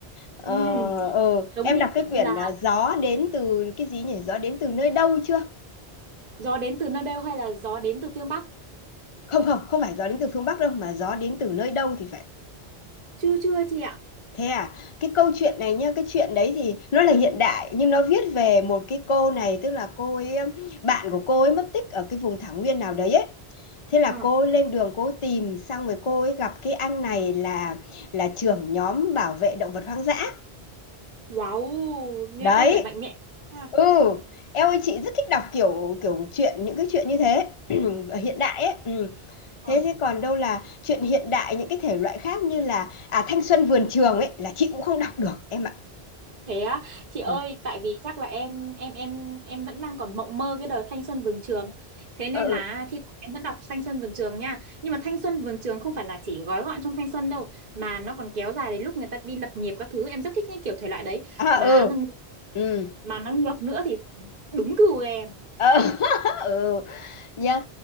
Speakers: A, on the left; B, on the right.
A: Ờ,
B: Ừ,
A: ờ,
B: giống
A: em
B: như
A: đọc cái
B: kiểu như
A: quyển
B: là
A: à, Gió đến từ cái gì nhỉ? Gió đến từ nơi đâu chưa?
B: gió đến từ nơi đâu hay là gió đến từ phương Bắc
A: Không không, không phải gió đến từ phương Bắc đâu mà gió đến từ nơi đâu thì phải.
B: chưa chưa chị ạ
A: Thế à? Cái câu chuyện này nhá, cái chuyện đấy thì nó là hiện đại nhưng nó viết về một cái cô này tức là cô ấy bạn của cô ấy mất tích ở cái vùng thảo nguyên nào đấy ấy. Thế là
B: À.
A: cô ấy lên đường cô ấy tìm xong rồi cô ấy gặp cái anh này là là trưởng nhóm bảo vệ động vật hoang dã.
B: wow nghe
A: Đấy,
B: có vẻ mạnh mẽ à.
A: Ừ, em ơi chị rất thích đọc kiểu kiểu chuyện những cái chuyện như thế <clears throat> ở hiện đại ấy. Ừ.
B: ừ.
A: Thế thế còn đâu là chuyện hiện đại những cái thể loại khác như là à Thanh Xuân Vườn Trường ấy là chị cũng không đọc được em ạ.
B: Thế á, chị ơi,
A: Ừ.
B: tại vì chắc là em em em em vẫn đang còn mộng mơ cái đợt thanh xuân vườn trường. Thế nên
A: Ừ. ừ.
B: là thi thoảng em vẫn đọc thanh xuân vườn trường nha. Nhưng mà thanh xuân vườn trường không phải là chỉ gói gọn trong thanh xuân đâu, mà nó còn kéo dài đến lúc người ta đi lập nghiệp các thứ. Em rất thích những kiểu thể loại đấy.
A: À
B: Mà
A: ừ.
B: nó,
A: Ừ.
B: mà nó ngược nữa thì đúng gu em.
A: Ờ, <laughs> ừ nhá.